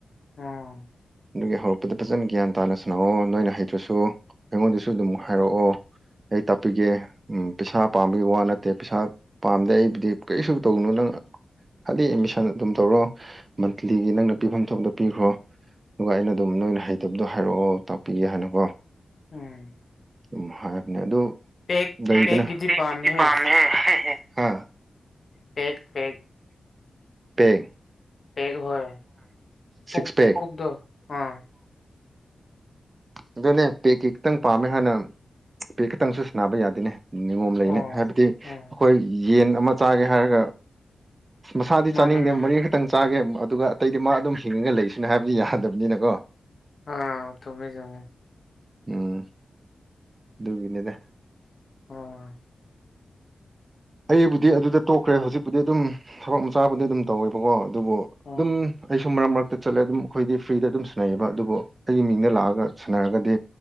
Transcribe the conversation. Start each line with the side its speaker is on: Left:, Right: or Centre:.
Left: ꯎꯝ
Right: ꯑꯗꯨꯒꯤ ꯍꯧꯔꯛꯄꯗ ꯐꯖꯅ ꯒ꯭ꯌꯥꯟ ꯇꯥꯅ ꯁꯥꯅꯑꯣ ꯅꯣꯏꯅ ꯍꯩꯇ꯭ꯔꯁꯨ ꯑꯩꯉꯣꯟꯗꯁꯨ ꯑꯗꯨꯝ ꯍꯥꯏꯔꯛꯑꯣ ꯑꯩ ꯇꯥꯛꯄꯤꯒꯦ ꯎꯝ ꯄꯩꯁꯥ ꯄꯥꯝꯕꯒꯤ ꯋꯥ ꯅꯠꯇꯦ ꯄꯩꯁꯥ ꯄꯥꯝꯗꯦ ꯑꯩꯕꯨꯗꯤ ꯀꯔꯤꯁꯨ ꯇꯧꯅꯨ ꯅꯪ ꯈꯂꯤ ꯑꯦꯠꯃꯤꯁꯟ ꯑꯗꯨꯝ ꯇꯧꯔꯣ ꯃꯟꯠꯂꯤꯒꯤ ꯅꯪꯅ ꯄꯤꯐꯝ ꯊꯣꯛꯕꯗꯨ ꯄꯤꯈ꯭ꯔꯣ ꯑꯗꯨꯒ ꯑꯩꯅ ꯑꯗꯨꯝ ꯅꯣꯏꯅ ꯍꯩꯇꯕꯗꯣ ꯍꯥꯏꯔꯛꯑꯣ ꯇꯥꯛꯄꯤꯒꯦ ꯍꯥꯏꯅꯀꯣ
Left: ꯎꯝ
Right: ꯎꯝ ꯍꯥꯏꯕꯅꯦ ꯑꯗꯨ
Left: ꯄꯦꯛ
Right: ꯂꯩꯗꯅ
Left: ꯄꯦꯛꯀꯤꯗꯤ
Right: <unintelligible>
Left: ꯄꯥꯝꯃꯦꯍꯦ ꯄꯦꯛ ꯄꯦꯛ
Right: ꯄꯦꯡ
Left: ꯄꯦꯛ ꯍꯣꯏ ꯄꯨꯛ
Right: ꯁꯤꯛꯁ ꯄꯦꯛ
Left: ꯄꯨꯛꯗꯣ ꯑꯥ <inaudible>
Right: ꯑꯗꯨꯅꯦ ꯄꯦꯛ ꯀꯤ ꯈꯤꯇꯪ ꯄꯥꯝꯃꯦ ꯍꯥꯟꯅ ꯄꯦꯛ ꯈꯤꯇꯪꯁꯨꯟꯅꯕ ꯌꯥꯗꯦꯅꯦ ꯅꯤꯉꯣꯝ ꯂꯩꯅꯦ
Left: ꯑꯣ
Right: ꯍꯥꯏꯕꯗꯤ ꯑꯩꯈꯣꯏ
Left: ꯎꯝ
Right: ꯌꯦꯟ ꯑꯃ ꯆꯥꯒꯦ ꯍꯥꯏꯔꯒ ꯃꯁꯥꯗꯤ
Left: ꯃꯥꯅꯦ
Right: ꯆꯥꯅꯤꯡꯗꯦ
Left: ꯃꯥꯅꯦ
Right: ꯃꯔꯤ ꯈꯛꯇꯪ ꯆꯥꯒꯦ ꯑꯗꯨꯒ ꯑꯇꯩꯗꯤ ꯃꯥ ꯑꯗꯨꯝ ꯍꯤꯡꯉ ꯂꯩꯁꯅꯨ ꯍꯥꯏꯕꯗꯤ ꯌꯥꯗꯕꯅꯤꯅꯀꯣ
Left: ꯑꯥ ꯆꯨꯝꯃꯦ ꯆꯨꯝꯃꯦ
Right: ꯎꯝ ꯑꯗꯨꯒꯤꯅꯤꯗ
Left: ꯑꯣ
Right: ꯑꯩꯕꯨꯗꯤ ꯑꯗꯨꯗ ꯇꯣꯛꯈ꯭ꯔꯦ ꯍꯧꯖꯤꯛꯄꯨꯗꯤ ꯑꯗꯨꯝ ꯊꯕꯛ ꯃꯆꯥꯕꯨꯗꯤ ꯑꯗꯨꯝ ꯇꯧꯋꯦꯕꯀꯣ ꯑꯗꯨꯕꯨ
Left: ꯑꯣ
Right: ꯑꯗꯨꯝ ꯑꯩꯁꯨ ꯃꯔꯛ ꯃꯔꯛꯇ ꯆꯠꯂꯦ ꯑꯗꯨꯝ ꯑꯩꯈꯣꯏꯗꯤ ꯐ꯭ꯔꯤꯗ ꯑꯗꯨꯝ ꯁꯥꯟꯅꯩꯌꯦꯕ ꯑꯗꯨꯕꯨ ꯑꯩꯒꯤ ꯃꯤꯡꯗ ꯂꯥꯛꯑꯒ ꯁꯥꯟꯅꯔꯒꯗꯤ